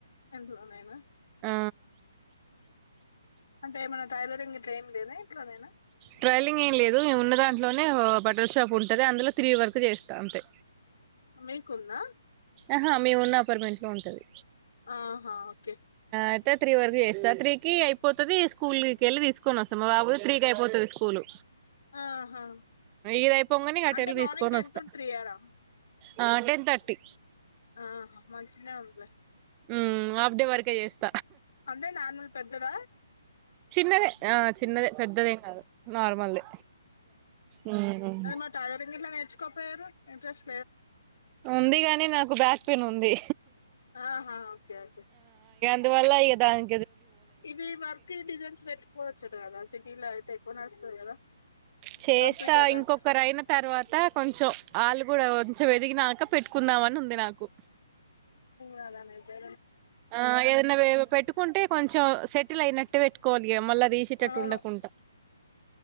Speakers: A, on the left (about 60°); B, on the right (about 25°).
A: ఎంతన్నాేనా
B: ఆ
A: అంటే ఏమన్నా టైలరింగ్ టైం లేదా ఇట్లా నేనా
B: ట్రైలింగ్ ఏం లేదు మేము ఉన్న దాంట్లోనే బటర్ షాప్ ఉంటది అందులో తి్రగి వర్క్ చేస్తా అంతే
A: మీకున్నా
B: ఆహా మేము ఉన్న అపార్ట్మెంట్ లో ఉంటది
A: ఆహా ఓకే
B: అయితే త్రీ వరకు చేస్తా త్రీకిి అయిపోతుది స్కూల్ కి వెళ్ళి తీసుకొని వస్తాం మా బాబు త్రీకి అయిపోతుది స్కూలు
A: ఆహా
B: ఇదయిపోంగని అట
A: అంటే
B: వెళ
A: మార్నింగ్
B: తీసుకొని
A: టెన్
B: వస్తా
A: టు త్రీ ఆరా
B: ఆ టెన్ తర్టీ
A: ఆహా మంచిగనే ఉందిలే
B: హ ఆఫ్ డే వరకే చేస్త
A: అంటే నానూలు పెద్దద
B: చిన్నదే ఆ చిన్నదే పెద్దదేం కాదు నార్మల్ దే మ్మ్
A: మా టైలరింగ్ ఇట్లా నేర్చుకోపోయార ఇంట్రెస్
B: ఉంది కాని నాకు బ్యాక్ పెయిన్ ఉంది
A: ఆహా ఓకే ఓకే
B: నీ వాళ్ళ అయ్యెదాన్
A: ఇవి వర్క్ డిజైన్స్ పెట్టుకోవచ్చు కదా సిటీ లో అయితే ఎక్కువ నాడుస్తాది కదా
B: చేస్తా
A: కంప్యూటర్
B: ఇంకొకరు
A: వర్క్స్
B: అయిన తర్వాత కొంచెం ఆళ్ళు కూడా కొంచెం ఎదిగినాక పెట్టుకుందాం మని ఉంది నాకు
A: చాలానే కొ
B: ఆ ఏదైనా పెట్టుకుంటే కొంచెం సెటిల్ అయినట్టే పెట్టుకు కోవలిగా మూళ్ళ తీసేటట్టు
A: అవును
B: ఉండకుండా